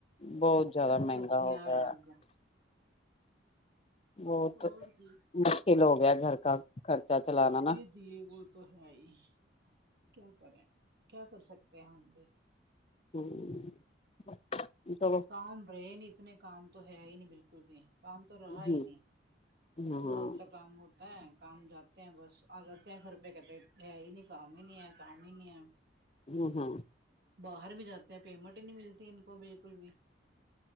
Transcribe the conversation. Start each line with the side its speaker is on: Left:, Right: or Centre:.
Left: بہت زیادہ
Right: اور
Left: مہنگا
Right: سبزیا
Left: ہو گیا
Right: الگ
Left: ہے بہت
Right: اور جی
Left: مشکل ہو گیا گھر کا خرچہ چلانا نا
Right: جی وہ تو ہے ہی کیا کریں کیا کر سکتے ہیں مجھے
Left: ہوں
Right: کام رہے نہیں اتنے کام تو ہے ہی نہیں بالکل بھی کام تو رہا
Left: ہ
Right: ہی نہیں
Left: ہ
Right: تھوڑا بہتا کام ہوتا ہے کام جات ت بس آگر ت خھر پئے کتے ہے ہی نہیں کام ہی نہیں ہے کام ہی نہیں ہے
Left: ہوں ہوں
Right: باہر بھی جاتے ہیں پیمنٹ ہی نہیں ملتی ان کو بالکل بھی